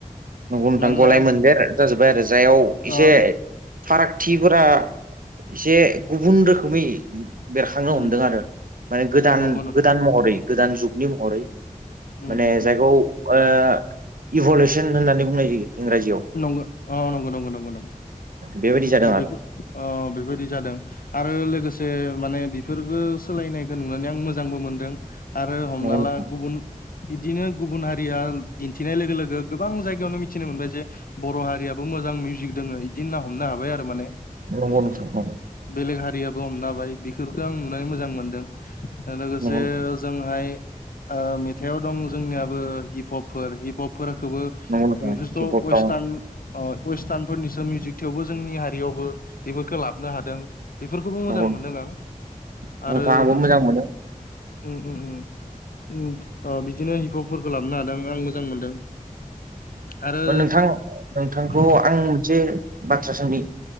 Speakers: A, on the right; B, on the left.
A: नंगौ नोंथां
B: मानोना
A: ग'लाय मोनदेर जाजोब्बाय आरो जायाव इसे
B: अ
A: फारागथिफोरा इसे गुबुन रोखोमै बेरखांनो
B: उम
A: हमदों आरो मानि गोदान
B: नंगौ नोंथां
A: गोदान महरै गोदान जुगनि महरै
B: उम
A: माने
B: उम उम
A: जायखौ ओ इभुलुसन होननानै बुंनाय जायो इंराजिआव
B: नंगौ ओ नंगौ नंगौ नंगौ
A: बेबायदि जादों
B: ओ
A: आरो
B: बेफोर ओ बादि जादों आरो लोगोसे माने बेफोरफोरखो सोलायनायखौ नुनानै आं मोजांबो मोनदों आरो हमना
A: नंगौ नोंथां
B: ला गुबुन इदिनो गुबुन हारिया दिन्थिनाय लोगो लोगो गोबां जायगा यावनो मिथिनो मोनबाय जे बर' हारियाबो मोजां मिउजिक दोङो बिदि ना हमनो हाबाय आरो माने
A: अ नोंथां अ
B: बेलेग हारियाबो हमनाबाय बेफोरखौ आं नुनानै मोजां मोनदों लोगोसे
A: नंगौ नंगौ
B: जोंहाय ओ मेथाइआव दं जोंनियाबो हिप हप फोर हिप हपखौबो बेफोरथ'
A: नंगौ नोंथां किबर्ड
B: वेस्ट
A: दं
B: अ वेस्टार्नफोरनिसो मिउजिक थेवबो जोंनि हारियावबो बेफोरखौ लाबोनो हादों बेफोरखौबो मोजां
A: नंगौ
B: मोनदों आं
A: नोंथां
B: आरो
A: आंबो मोजां मोनो
B: उम उम उम उम ओ बिदिनो हिप हपफोरखौ लाबोनो हादों आं मो- मोजां मोनदों आरो
A: नोंथां नोंथांखौ
B: उम
A: आं मोनसे बाथ्रा सोंनि